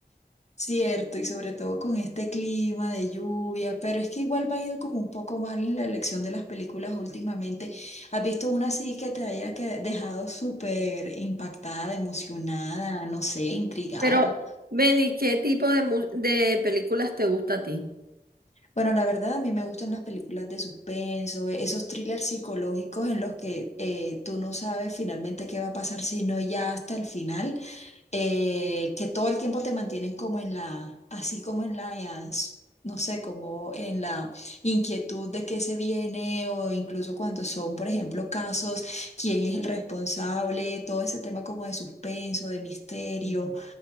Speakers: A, on the left; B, on the right.
A: Cierto, y sobre todo con este clima de lluvia, pero es que igual me ha ido como un poco mal en la elección de las películas últimamente. ¿Has visto una así que te haya que- dejado súper impactada, emocionada, no sé, intrigada?
B: Pero, Benny, ¿qué tipo de, mu- de películas te gusta a ti?
A: Bueno, la verdad, a mí me gustan las películas de suspenso, e- esos thrillers psicológicos en los que eh, tú no sabes finalmente qué va a pasar, sino ya hasta el final, eh, que todo el tiempo te mantienen como en la, así como en la, as- no sé, como en la inquietud de qué se viene o incluso cuando son, por ejemplo, casos, quién es el responsable, todo ese tema como de suspenso, de misterio.
B: Mm.